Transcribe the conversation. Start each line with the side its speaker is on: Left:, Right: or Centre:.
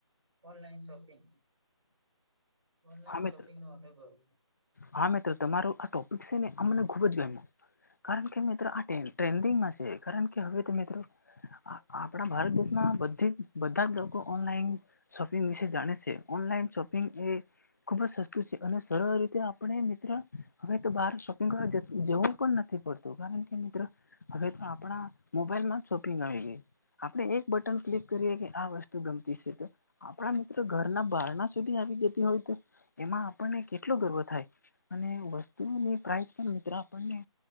Right: ઓનલાઈન શોપિંગ. ઓનલાઈન
Left: હા મિત્ર
Right: શોપિંગ નો અનુભવ.
Left: હા મિત્રો તમારો આ ટોપિક છે ને આ મને ખુબ જ ગમ્યો. કારણ કે મિત્રો આ ટ્રેન્ડિંગમાં છે કારણ કે હવે તો મિત્રો. આપણા ભારત દેશમાં બધી બધા જ લોકો ઓનલાઈન. શપિંગ વિશે જાે છે અનલાઈન શપિંગ એ. ખુબ જ સસ્તું છે અને સરળ રીતે આપણે મિત્ર હવે તો બહાર સ્ંગ જવું પણ નથી પડતું. કારણ કે મિત્રો હવે તો આપણા મોબાઈલમાં જ શોપિંગ આવી ગઈ. આપણે એક બટન ક્લિક કરીએ કે આ વસ્તુ ગમતી છે તો. આપણા મિત્રો ઘરના બહારના સુધી આવી જતી હોય તો. એમાં આપણને કેટલો ગર્વ થાય અને વસ્તુની પ્રઇસ પણ મિત્રો આપણને.